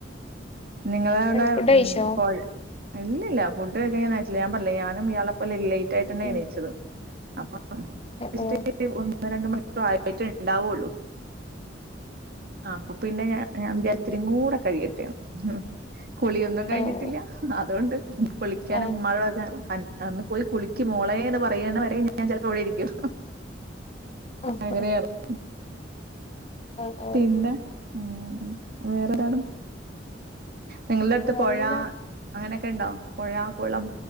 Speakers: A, on the right; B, on the left.
A: നിങ്ങളവിടെ
B: ഫുഡ് കഴിച്ചോ
A: ഉം പൊഴ് ഇല്ല്ല്ല ഫുഡ് കായ്ക്കാനായിട്ടില്ല ഞാൻ പറഞ്ഞില്ലെ ഞാനും ഇയാളപ്പോല് ലെറ്റ്
B: ഉം
A: ട്ടനാ എണീച്ചത് അപ്പ <inaudible> <unintelligible>
B: ഉം
A: ഒന്ന് രണ്ട് മണിക്കൂറയിട്ട്ണ്ടാവോള്ളൂ ആഹ് അപ്പൊ പിന്നെ ഞാ ഞാൻ വിചാരിത്തിരിയും കൂട കഴിയടട്ടെന്ന് ഉം കുളിയൊന്നും കഴിഞ്ഞിട്ടില്ല
B: ആഹ്
A: അതുകൊണ്ട് കുളിക്കാനും
B: ആഹ്
A: മഴചാ ഒന്ന് പോയി കുളിക്ക് മോളെന്ന് പറയണ വരെ ഞാൻ ചെലപ്പോ ഇവിടെ ഇരിക്കും
B: ആഹ്
A: അങ്ങനെയാണ്
B: <unintelligible>
A: പിന്നെ ഉം വേറെന്താണ് നിങ്ങൾടെ അടുത്ത്
B: വേറെന്താ
A: പൊഴാ അങ്ങനെക്കെ ഇണ്ടോ പൊഴാ കുളം